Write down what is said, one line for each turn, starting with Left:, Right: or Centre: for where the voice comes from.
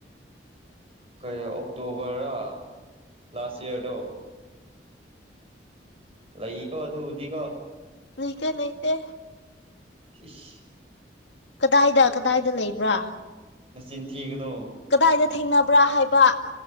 Right: ꯀꯩꯔ ꯑꯣꯛꯇꯣꯕꯔ ꯂꯥꯁ ꯏꯌꯥꯔꯗꯣ ꯂꯩꯀꯣ ꯑꯗꯨꯕꯨꯗꯤꯀꯣ
Left: ꯂꯩꯇꯦ ꯂꯩꯇꯦ
Right: ꯏꯁ
Left: ꯀꯗꯥꯏꯗ ꯀꯗꯥꯏꯗ ꯂꯩꯕ꯭ꯔꯥ
Right: ꯅꯆꯤꯟ ꯊꯤꯒꯅꯣ
Left: ꯀꯗꯥꯏꯗ ꯊꯦꯡꯅꯕ꯭ꯔꯥ ꯍꯥꯏꯕ